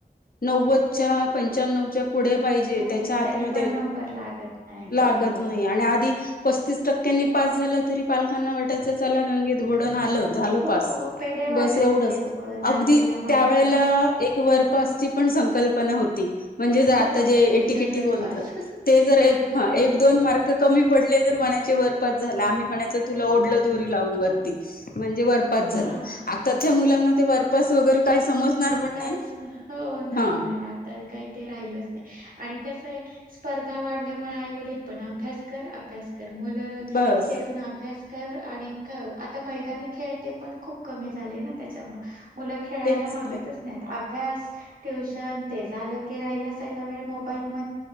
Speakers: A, on the left; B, on the right.
A: नव्वदच्या पंच्याण्णवच्या. पुढे पाहिजे
B: पुढे
A: त्याच्या हातमध्ये
B: तरी पण नंबर लागत नाही
A: लागत
B: हो हो.
A: नाही आणि आधी पस्तीस टक्क्यांनी पास झाला तरी पालकांना वाटायच चला गंगत घोडव आलं. झालो
B: हो
A: पास
B: पेढे वाटत
A: बस एवढंच
B: होते लोक दहावीला
A: अगदी त्या
B: मार्क
A: वळेला एक वरपासची पण संकल्पना होती. म्हणजे जर आता
B: हो
A: जे
B: हो
A: इटीकिटी
B: ढकल
A: बोलतात
B: पास
A: ते जर
B: बरोबर
A: दोन मार्क कमी पडले तर म्हणायचे वरपच झाला आम्ही म्हणायच तुला ओढललं दुरी लावून वरती म्हणजे वरपास झाल
B: हा
A: आताच्या मुलांना ते वरपास वगैरे काय समजणार पण
B: कायच
A: नाही
B: हो नाही
A: हा
B: नाही आ तर काही ते राहिलच नाही आणि कस आहे. स्पर्धा वाढल्यामुळे आईवडल पण अभ्यास अभ्यास कर मुलं
A: बस
B: चडून अभ्यास. आणि आता मैदानी खेळ ते पण खूप कमी झाले ना त्याच्यामुळे मुलं खेळायला
A: तेच
B: मागतच
A: झालंय
B: नाहीत अभ्यास ट्युशन ते झालं की राहिलाचला वेळ मोबाईल म.